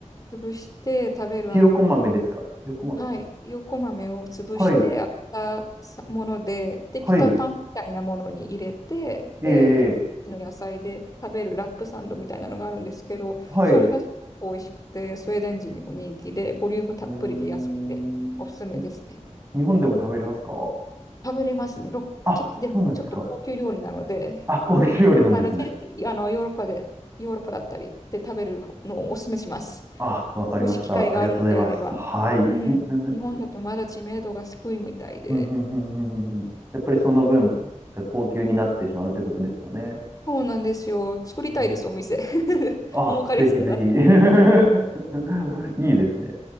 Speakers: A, on the left; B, on the right.
A: 潰して食べるあの
B: ひよこ豆ですか。ひよこ豆。
A: はい、横豆を潰して開いたさもので、
B: はい。
A: で、
B: はい。
A: ピタパンみたいなものに入れて、
B: ええ
A: で、の野菜で食べるラップサンドみたいなのがあるんですけど、
B: はい。
A: それがすごく美味しくて、
B: う
A: スウェーデン人にも人気で、ボリュームたっぷりで安くておすすめですね。
B: ーん。日本でも食べれますか
A: 食べれますね。ろけ、
B: あ、
A: でもちょっと高級料理なので、
B: そうなんですか。あ、高級料理なんですね。
A: あの、ぜひ、あの、ヨーロッパで、ヨーロッパだったりで食べるのをおすすめします。
B: あ、わかりました。
A: もし機会があるのであれば。
B: ありがとうございます。はい。
A: うん。
B: <laughs> うん
A: 日本だとまだ知名度が低いみたいで。
B: うんうんうんうんうんやっぱりその分、高級になってしまうということですよね。
A: そうなんですよ。作りたいです、
B: うん
A: お店。<laughs>
B: あ、
A: 儲かりそうだな。
B: ぜひぜひ。<laughs> いいですね。